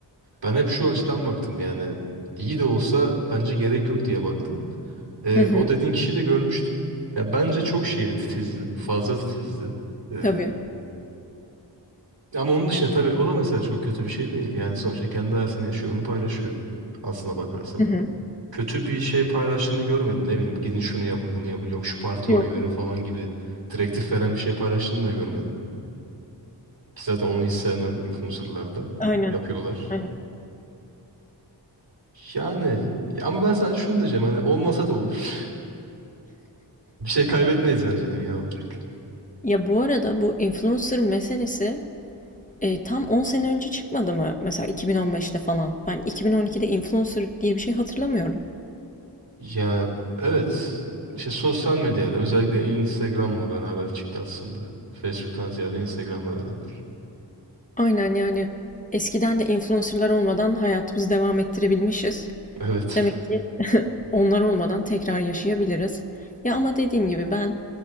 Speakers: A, on the right; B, on the left.
A: Ben hep şu açıdan baktım yani iyi de olsa bence gerek yok diye baktım. Ee,
B: Hı hı.
A: o dediğin kişiyi de görmüştüm. Ya bence çok şeydi titizdi. Fazla titizdi. Ee,
B: Tabii.
A: ama onun dışında tabii o da mesela çok kötü bir şey değil. Yani sonuçta kendi hayatını yaşıyor. Onu paylaşıyor. Aslına bakarsan
B: Hı hı.
A: kötü bir şey paylaştığını görmedim. Ne bileyim gidin şunu yapın bunu yapın yok şu partiye
B: Yok.
A: oy verin falan gibi direktif veren bir şey paylaştığını da görmedim. Ki zaten onu hiç sevmem influencerlarda.
B: Aynen.
A: Yapıyorlar.
B: Aynen.
A: Yani ama ben sadece şunu diyeceğim hani olmasa da olur. <laughs> Bir şey kaybetmeyiz bence dünya olarak.
B: Ya bu arada bu influencer meselesi e, tam 10 sene önce çıkmadı mı? Mesela 2015'te falan. Ben 2012'de influencer diye bir şey hatırlamıyorum.
A: Ya evet işte sosyal medyada özellikle Instagram'la beraber çıktı aslında. Facebook'tan ziyade Instagram'la beraber.
B: Aynen yani eskiden de influencerlar olmadan hayatımızı devam ettirebilmişiz.
A: Evet.
B: Demek ki <laughs> onlar olmadan tekrar yaşayabiliriz. Ya ama dediğim gibi ben